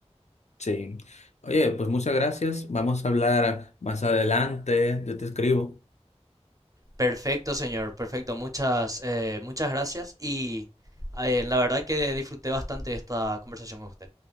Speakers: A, on the left (about 80°); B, on the right (about 30°).
A: Sí. Oye, pues muchas gracias. Vamos a hablar más adelante. Yo te escribo.
B: Perfecto, señor, perfecto. Muchas, eh, muchas gracias y eh, la verdad que disfruté bastante de esta conversación con usted.